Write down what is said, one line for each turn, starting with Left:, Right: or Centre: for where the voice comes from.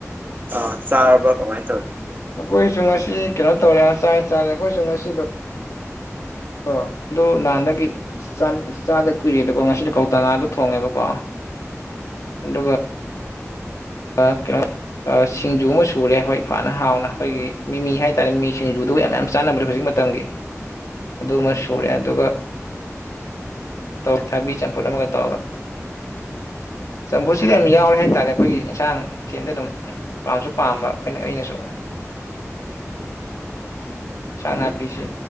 Right: ꯑꯥ ꯆꯥꯔꯕ꯭ꯔꯥ ꯀꯃꯥꯏꯅ ꯇꯧꯋꯤ
Left: ꯑꯩꯈꯣꯏꯁꯨ ꯉꯁꯤ ꯀꯩꯅꯣ ꯇꯧꯔꯦ ꯉꯁꯥꯏ ꯆꯥꯔꯦ ꯑꯩꯈꯣꯏꯁꯨ ꯉꯁꯤꯗꯣ ꯑ ꯑꯗꯨ ꯅꯍꯥꯟꯗꯒꯤ ꯆꯥꯗ ꯀꯨꯏꯔꯦꯗꯀꯣ ꯉꯁꯤꯗ ꯀꯧꯇꯥ ꯉꯥꯗꯣ ꯊꯣꯡꯉꯦꯕꯀꯣ ꯑꯗꯨꯒ ꯀ ꯀ ꯁꯤꯡꯖꯨ ꯑꯃ ꯁꯨꯔꯦ ꯑꯩꯈꯣꯏ ꯐꯅ ꯍꯥꯎꯅ ꯑꯩꯈꯣꯏꯒꯤ ꯃꯤꯃꯤ ꯍꯥꯏ ꯇꯥꯔꯦ ꯃꯤ ꯁꯤꯡꯖꯨꯗꯨꯕꯨ ꯌꯥꯝ ꯌꯥꯝꯅ ꯆꯥꯅꯕ꯭ꯔ ꯍꯧꯖꯤꯛ ꯑꯗꯨꯃ ꯁꯨꯔꯦ ꯑꯗꯨꯒ ꯇꯧ ꯊꯥꯕꯤ ꯆꯝꯐꯨꯠ ꯑꯃꯒ ꯇꯧꯒ ꯆꯝꯐꯨꯁꯤꯗꯤ ꯌꯥꯝ ꯌꯥꯎꯔꯦ ꯍꯥꯏꯇꯥꯔꯦ ꯑꯩꯈꯣꯏꯒꯤ ꯏꯟꯁꯥꯡ ꯃꯊꯦꯜꯗ ꯑꯗꯨꯝ ꯄꯥꯝꯁꯨ ꯄꯥꯝꯕ ꯑꯩꯈꯣꯏꯅ ꯑꯩꯅꯁꯨ ꯏꯥꯡ ꯅꯥꯄꯤꯁꯦ